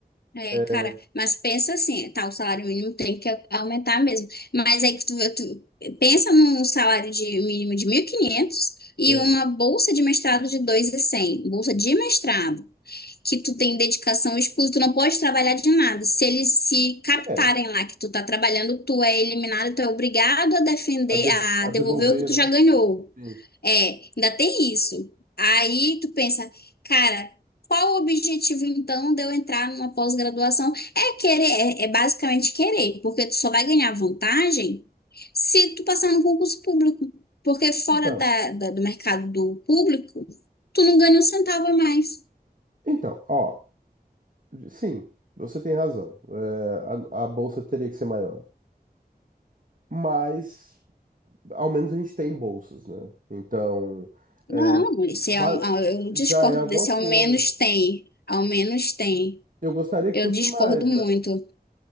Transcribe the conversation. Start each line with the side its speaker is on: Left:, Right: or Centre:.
Left: É,
Right: É,
Left: cara, mas pensa assim, tá, o salário mínimo tem que au- aumentar mesmo. Mas aí que tu, tu pensa num salário de mínimo de 1.500 e
Right: Sim.
Left: quinhentos e uma bolsa de mestrado de 2.100 bolsa de mestrado, que tu tem dedicação exclusiva, tu não pode trabalhar de nada. Se eles se captarem
Right: É,
Left: lá que tu tá trabalhando, tu é eliminado, tu é obrigado a defender,
Right: a, de-
Left: a
Right: a
Left: devolver
Right: devolver,
Left: o que tu
Right: né?
Left: já ganhou.
Right: Sim.
Left: É, ainda tem isso. Aí tu pensa, cara, qual o objetivo então de eu entrar numa pós-graduação? É querer, é, é basicamente querer, porque tu só vai ganhar vantagem se tu passar no concurso público. Porque fora
Right: Então,
Left: da, da- do mercado do público, tu não ganha um centavo a mais.
Right: então, ó, sim, você tem razão. É, a, a bolsa teria que ser maior. Mas, ao menos a gente tem bolsas, né? Então, é,
Left: Não, esse
Right: ba-
Left: é, um- ah, eu
Right: já
Left: discordo
Right: é alguma
Left: desse,
Right: coisa.
Left: ao menos tem. Ao menos tem.
Right: Eu gostaria que
Left: Eu
Right: fosse
Left: discordo
Right: mais, mas...
Left: muito.